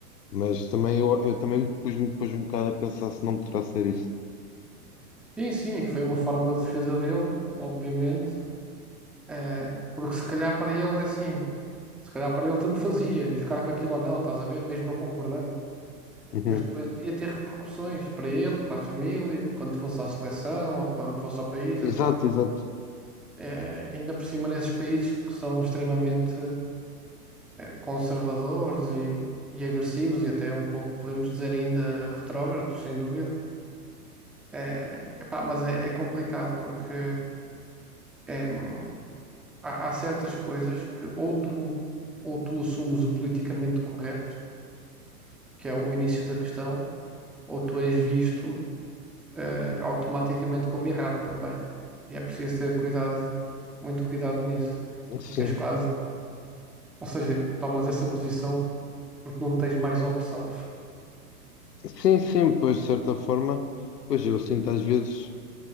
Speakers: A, on the left; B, in the centre.
A: Mas também eu, eu também pus-me pus um bocado a pensar se não poderá ser isso.
B: Sim, sim, foi uma forma de defesa dele, obviamente, eh, porque se calhar para ele é assim, se calhar para ele tanto fazia jogar com aquilo ou não, estás a ver, mesmo não concordando.
A: Uhum.
B: Mas depois iria ter repercussões para ele, para a família, quando fosse à seleção ou quando fosse ao país.
A: Exato,
B: Epá.
A: exato.
B: Eh, ainda por cima nesses países que são extremamente conservadores e, e agressivos e até um pouco, podemos dizer, ainda retrógrados, sem dúvida. É, epá, mas é, é complicado porque em, há, há certas coisas que ou tu, ou tu assumes o politicamente correto, que é o início da questão, ou tu és visto eh, automaticamente como errado também. E é preciso ter cuidado, muito cuidado nisso. Ficas
A: Sim.
B: quase, ou seja, tomas essa posição porque não tens mais opção.
A: Sim, sim, pois de certa forma, pois eu sinto às vezes